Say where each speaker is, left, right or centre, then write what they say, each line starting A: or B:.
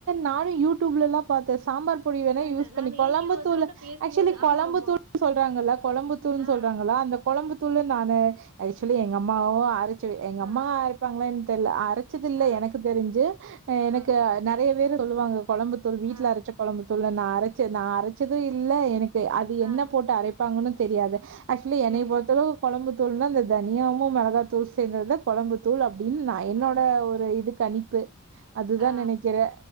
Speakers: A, on the right; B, on the right.
A: நானு யூடியூப்லல்லா பாத்தே சாம்பார் பொடி வேனா
B: அது
A: யூஸ்
B: நா
A: பண்ணி
B: நேத்தி
A: கொழம்புத்தூள்
B: ஒருத்தவங்கள்ட்ட பேசும்போது
A: அக்சுவலி
B: ஆமா
A: கொழம்புத்தூள்
B: ஆமா
A: சொல்றாங்கல்ல கொழம்புதூள்னு
B: ஆ
A: சொல்றாங்கள அந்த கொழம்புதூளு நானு ஆக்சுவ்லி எங்க அம்மாவு அரச் ச்சு எங்க
B: ஆ
A: அம்மா அரெப்பாங்களா என் தெர்ல அரச்சதில்ல
B: ஆ
A: எனக்கு தெரிஞ்சு
B: ஆ
A: எனக்கு நெறைய பேரு சொல்லுவாங்க கொழம்பு தூள் வீட்ல
B: ஆ
A: அரச்ச கொழம்புத்தூள் நா அரச்ச நா அரச்சது இல்ல எனக்கு கெ அது என்ன
B: ஆ
A: போட்டு அரைப்பாங்கன்னு தெரியாது ஆக்சொலி என்னய
B: ம்
A: பொறுத்தள கொழம்பு தூள்னா இந்த தனியாவு மெளகா தூளு சந்தது தா கொழம்பு தூள் தூள் அப்டின் நா என்னோட
B: ஆ
A: ஒரு இது கணிப்பு அதுதா
B: ஆ
A: நெனக்கிறே